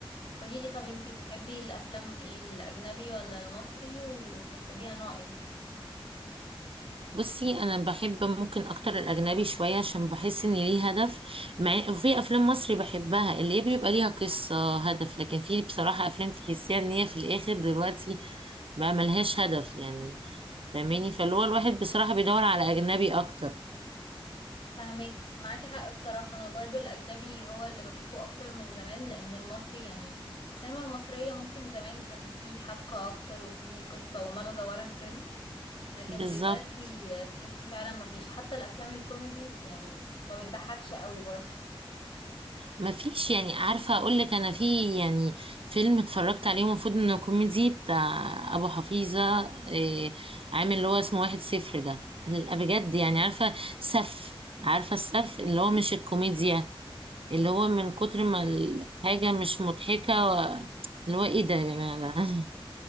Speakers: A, on the left; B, on the right.
A: قولي لي طب انتي بتحبي الافلام ايه الاجنبي ولا المصري وبتحبيها نوع ايه
B: بصي انا بحب ممكن اكتر الاجنبي شويه عشان بحس ان ليه هدف مع وفي افلام مصري بحبها اللي هي بيبقى ليها قصه هدف لكن في بصراحه افلام تحسيها ان هي في الاخر دلوقتي بقى ملهاش هدف يعني فاهماني فاللي هو الواحد بصراحه بيدور على اجنبي اكتر
A: فهماكي معاكي حق بصراحه انا برضو الاجنبي هو اللي بشوفه اكتر من زمان لان المصري يعني السينما المصريه ممكن زمان كان في حبكه اكتر وفي قصه ومغزى ورا الفيلم لكن
B: بالظبط
A: دلوقتي تحسي فعلا مفيش حتى الافلام الكوميدي يعني ما بتضحكش قوي برضو
B: ما فيش يعني عارفة اقول لك انا في يعني فيلم اتفرجت عليه المفروض انه كوميدي بتاع ابو حفيظة إيه عامل اللي هو اسمه واحد صفر ده ال- بجد يعني عارفة سف عارفة السف اللي هو مش الكوميديا اللي هو من كتر ما الحاجة مش مضحكة و- اللي هو ايه ده يا جماعة ده <laughs>